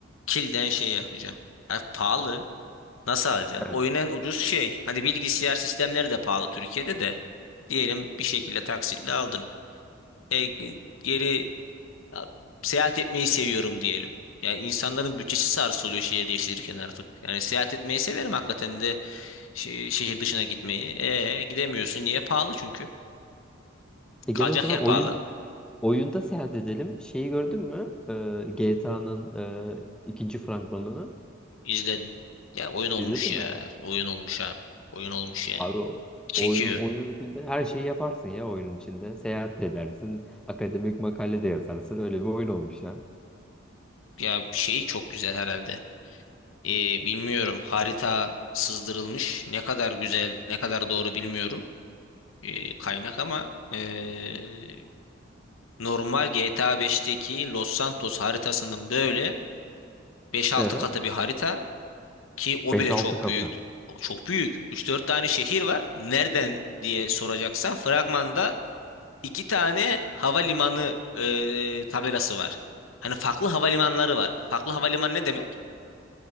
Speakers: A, on the left; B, in the centre.
A: kilden şey yapacağım. Ha, pahalı nasıl alacaksın?
B: Evet.
A: Oyun en ucuz şey. Hani bilgisayar sistemleri de pahalı Türkiye'de de. Diyelim bir şekilde taksitle aldın. E, geri Ya, seyahat etmeyi seviyorum diyelim. Yani insanların bütçesi sarsılıyor şehir değiştirirken artık. Yani seyahat etmeyi severim hakikaten de şe- şehir dışına gitmeyi. E gidemiyorsun. Niye? Pahalı çünkü.
B: E
A: Kalacak
B: gel o zaman
A: yer
B: oyun
A: pahalı.
B: oyunda seyahat edelim. Şeyi gördün mü? Ee, GTA'nın ikinci fragmanını
A: İzledim. Ya oyun olmuş
B: izledin
A: ya.
B: mi?
A: Oyun olmuş abi. Oyun olmuş yani.
B: Abi o
A: Çekiyor.
B: oyunun oyunun içinde her şeyi yaparsın ya oyunun içinde. Seyahat de edersin, akademik makale de yazarsın. Öyle bir oyun olmuş ya.
A: Ya şeyi çok güzel herhalde. Ee, bilmiyorum. Harita sızdırılmış. Ne kadar güzel, ne kadar doğru bilmiyorum. Ee, kaynak ama ee, Normal GTA 5'teki Los Santos haritasının böyle 5-6
B: Evet.
A: katı bir harita ki o
B: 5-6
A: bile çok
B: katı.
A: büyük. O Çok büyük. 3-4 tane şehir var. Nereden diye soracaksan fragmanda 2 tane havalimanı e, tabelası var. Hani farklı havalimanları var. Farklı havalimanı ne demek?